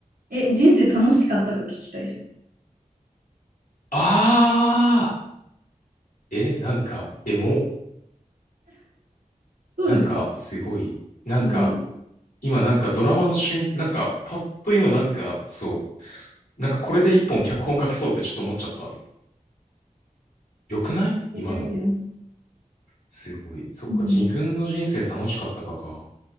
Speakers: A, on the right; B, on the left.
A: え、人生楽しかったか聞きたいです。
B: あーえ、なんか、エモ。
A: そうですか。
B: なんか、すごい。なんか、
A: いやいや。
B: 今なんかドラマの瞬、なんか、パッと今なんか、そう。なんかこれで一本脚本書けそうってちょっと思っちゃった。よくない今の。
A: いやいや。
B: すごい。そっか、
A: うん。
B: 自分の人生楽しかったかか。